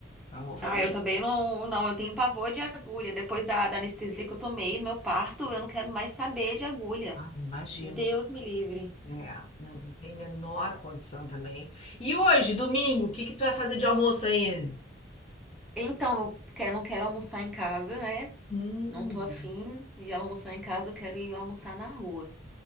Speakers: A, on the left; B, in the centre.
A: Não vou fazer.
B: Ah,
A: <laughs>
B: eu também não, não, eu tenho pavor de agulha. Depois da, da anestesia que eu tomei no meu parto, eu não quero mais saber de agulha.
A: Ah, imagino.
B: Deus me livre.
A: É, eu não tem menor condição também. E hoje, domingo, o que que tu vai fazer de almoço aí?
B: Então, eu que- não quero almoçar em casa, né?
A: Hum.
B: Não tô afim de almoçar em casa, eu quero ir almoçar na rua.